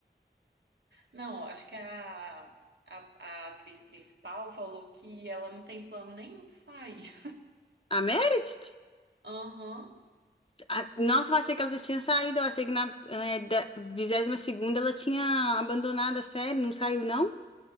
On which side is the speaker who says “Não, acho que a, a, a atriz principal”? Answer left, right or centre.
Right